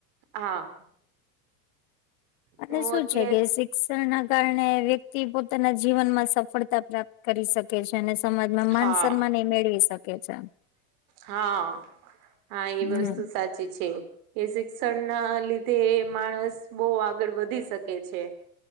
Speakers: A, on the right (about 65°); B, on the left (about 55°).
A: હા.
B: અને
A: તો
B: શું
A: અત્યારે
B: છે કે શીક ના કારણે વ્યક્તિ પોતાના જીવન માં સફળતા પ્રાપ્ત કરી શકે. છે અને સમાજમાં માન
A: હા
B: સન્માન એ મેળવી શકે છે.
A: હા હા એ
B: હમ
A: વસ્તુ સાચી છે. કે શિક્ષણ ના લીધે માણસ બહુ આગળ વધી શકે છે.